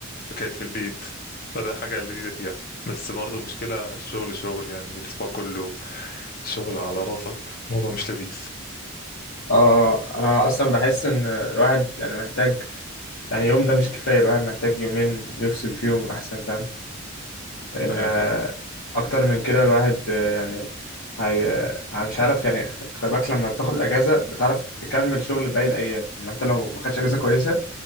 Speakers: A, on the left; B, on the left.
A: كانت في البيت فده حاجه لذيذه فيها بس برضه مشكلة الشغل شغل يعني الأسبوع كله شغل على راسك موضوع مش لذيذ
B: اه انا اصلا بحس ان الواحد يعني محتاج يعني يوم ده مش كفاية الواحد محتاج يومين يفصل فيهم أحسن فاهم لأن
A: ايوه
B: آه،
A: فاهم
B: أكتر من كده الواحد آه، يعني هي آه، مش عارف يعني خ- خلي بالك لما بتاخد أجازة بتعرف تكمل شغل باقي الأيام أما أنت لو ما خدتش أجازة كويسة